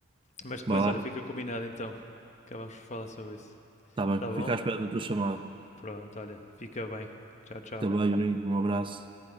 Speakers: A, on the left (about 35°); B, on the right (about 25°).
A: mas depois,
B: Vai lá,
A: olha, fica combinado então. Acabamos por falar sobre isso.
B: está bem.
A: Tá bom?
B: Fica à espera da tua chamada.
A: Pronto, olha, fica bem. Tchau, tchau.
B: Fica bem, amigo. Um abraço.